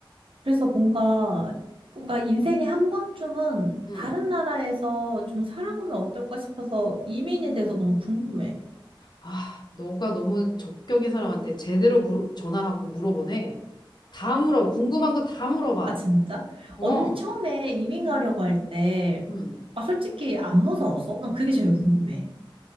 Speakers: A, on the right; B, on the left.
A: 그래서 뭔가, 뭔가 인생에 한 번쯤은
B: 응.
A: 다른 나라에서 좀 살아보면 어떨까 싶어서 이민에 대해서 너무 궁금해.
B: 아, 너가 너무 적격인 사람한테 제대로 물, 전화하고 물어보네. 다 물어봐. 궁금한 거 다 물어봐.
A: 아, 진짜?
B: 어,
A: 언니 처음에 이민 가려고 할 때,
B: 응.
A: 아, 솔직히 안 무서웠어? 난 그게 제일 궁금해.